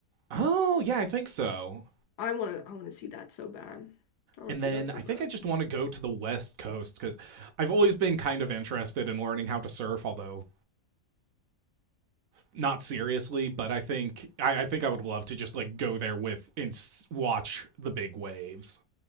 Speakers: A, on the right (about 65°); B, on the left (about 80°).
A: oh yeah i think so
B: I wanna I wanna see that so bad. I wanna
A: and
B: see
A: then
B: that so
A: i
B: bad.
A: think i just want to go to the west coast because i've always been kind of interested in learning how to surf although not seriously but i think i, I think i would love to just like go there with and s- watch the big waves